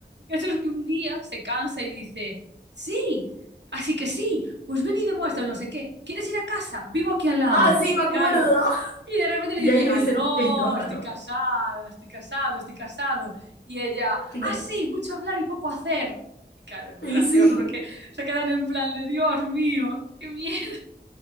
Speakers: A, on the right; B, on the left.
A: Y Eso es que un día se cansa y dice, sí, así que sí, pues ven y demuestra no sé qué, ¿quieres ir a casa? Vivo aquí al lado.
B: Ah, sí, me
A: Y
B: acuerdo.
A: claro, y de repente
B: Y
A: le dicen,
B: ahí le
A: ay
B: dicen,
A: no,
B: esto, está
A: estoy
B: no.
A: casada, estoy casado, estoy casado. Y ella, ah,
B: Claro.
A: sí, mucho hablar y poco hacer. Y claro, es muy
B: Y
A: gracioso
B: sí.
A: porque se quedan en plan de Dios mío, qué miedo.